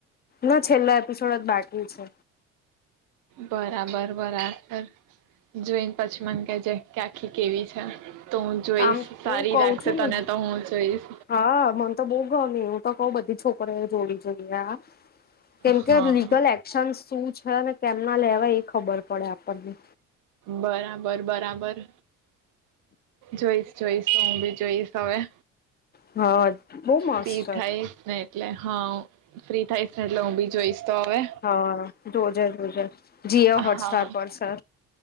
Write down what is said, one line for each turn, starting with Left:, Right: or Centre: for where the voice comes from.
Left: ના છેલ્લો એપિસોડ જ બાકી છે.
Right: બરાબર-બરાબર જોઈન પછી મને કેજે કે આખી કેવી છે. તો હું જોઈશ
Left: આમ
Right: સારી
Left: હું કઉ
Right: રાખશે
Left: છું.
Right: તને તો હું જોઈશ
Left: હા મને તો બઉ ગઉ હું તો કઉ બધી છોકરીને જોડી ગોડિયા. કેમ
Right: હા
Left: કે લીગલ એક્શન શું છ છે ને કેમ ના લેવાય એ ખબર પડે આપણને.
Right: બરાબર બરાબર. જોઈશ જોઈશ હું ભી જોઈશ હવે.
Left: હા. બહુ મસ્ત
Right: ફ્રી
Left: છે
Right: થાય જ ને એટલે હા. ફ્રી થાયસ ને એટલે હું બી જોઈશ. તો હવે
Left: હા જોજે જોજે જીઓ હોટસ્ટાર
Right: હા
Left: પર છે.